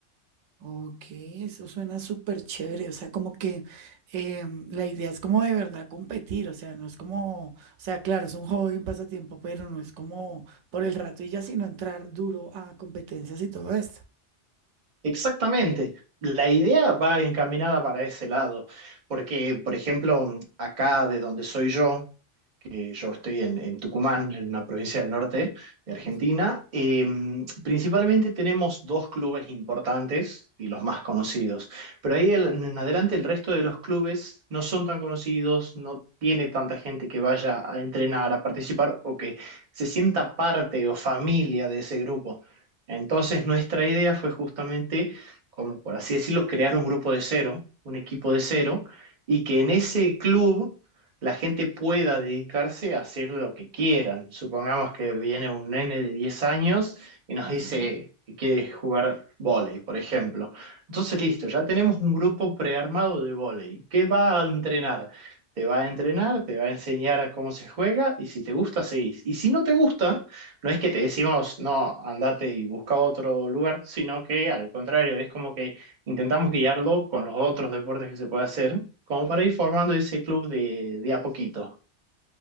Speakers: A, on the right; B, on the right.
A: Ok, eso suena súper chévere. O sea, como que em, la idea es como de verdad competir. O sea, no es como, o sea, claro, es un hobby, un pasatiempo, pero no es como por el rato y ya, sino entrar duro a competencias y todo esto.
B: Exactamente, la idea va encaminada para ese lado, porque por ejemplo, acá de donde soy yo, que yo estoy en, en Tucumán, en una provincia del norte de Argentina.
A: Ujú,
B: Eh, principalmente tenemos dos clubes importantes y los más conocidos, pero ahí el- en adelante el resto de los clubes no son tan conocidos, no tiene tanta gente que vaya a entrenar, a participar o que se sienta parte o familia de ese grupo. Entonces nuestra idea fue justamente, como por así decirlo, crear un grupo de cero, un equipo de cero, y que en ese club la gente pueda dedicarse a hacer lo que quieran. Supongamos que viene un nene de 10 años y nos
A: ujú.
B: dice que quiere jugar vóley, por ejemplo. Entonces, listo, ya tenemos un grupo prearmado de vóley. ¿Qué va a entrenar? Te va a entrenar, te va a enseñar cómo se juega y si te gusta, seguís. Y si no te gusta, no es que te decimos, no, andate y busca otro lugar, sino que al contrario, es como que Intentamos guiarlo con los otros deportes que se puede hacer, como para ir formando ese club de, de a poquito.